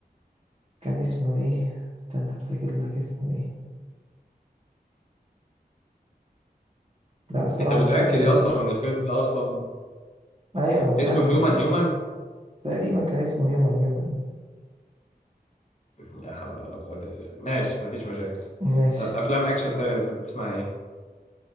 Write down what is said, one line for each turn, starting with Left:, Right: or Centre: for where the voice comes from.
Right: كان اسمه ايه استنى افتكر لك اسمه ايه لا الصراحة
Left: انت متاكد
Right: مش فاكر
Left: يا
Right: اسمه
Left: اسطى ان الفيلم ده اصلا
Right: ايوه انا متأكد
Left: اسمه هيومن
Right: يعني
Left: هيومن
Right: تقريبا كان اسمه هيومن هيومن
Left: لا حول ولا قوة إلا بالله ماشي مفيش مشاكل
Right: ماشي
Left: طب أفلام أكشن تانية بتحب تسمع إيه؟